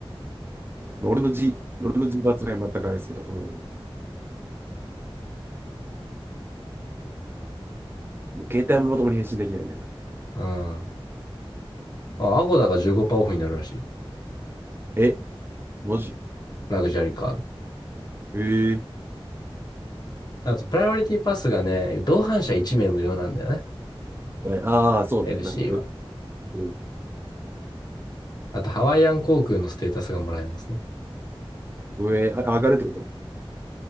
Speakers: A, on the right; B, on the left.
A: まあ俺のじ、俺のじ罰は全くあれですけど。うん携帯もともに返信できないんだから。
B: うん。あ、アゴダが15%オフになるらしい。
A: え、マジ
B: ラグジュアリーカード。
A: えー、
B: あと、プライオリティパスがね、同伴者1名無料なんだよね。
A: ああ、そうね。
B: LC
A: なんかよく、
B: は。
A: うん
B: あと、ハワイアン航空のステータスがもらえますね。
A: 上、あ上がるってこと